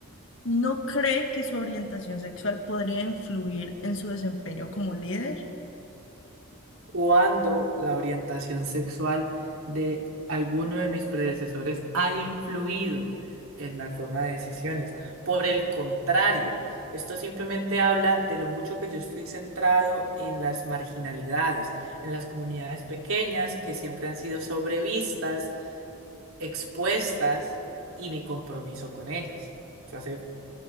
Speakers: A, on the left; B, on the right.
A: ¿no cree que su orientación sexual podría influir en su desempeño como líder?
B: Cuando la orientación sexual de alguno de mis predecesores ha influido en la toma de decisiones. Por el contrario, esto simplemente habla de lo mucho que yo estoy centrado en las marginalidades, en las comunidades pequeñas que siempre han sido sobrevistas, expuestas y mi compromiso con ellas. Eso hace